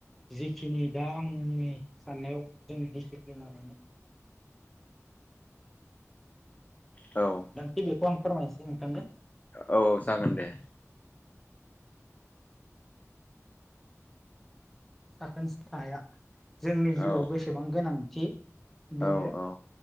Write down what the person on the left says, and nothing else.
औ
औ औ जागोन दे
औ
औ औ